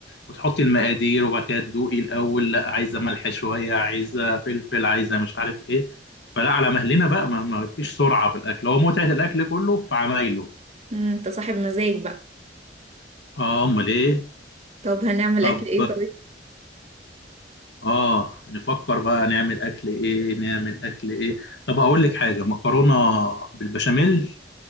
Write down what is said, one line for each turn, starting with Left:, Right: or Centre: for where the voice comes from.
Left: وتحطي المقادير وبعد كده تدوقي الأول لا عايزة ملح شوية، عايزة فلفل، عايزة مش عارف إيه، فلا على مهلنا بقى ما ما فيش سرعة في الأكل، هو متعة الأكل كله في عمايله.
Right: مم، انت صاحب مزاج بقى
Left: آه أمال إيه؟
Right: طب هنعمل
Left: طب
Right: اكل ايه
Left: اه نفكر بقى نعمل اكل ايه نعمل اكل ايه طب هقول لك حاجه مكرونه بالبشاميل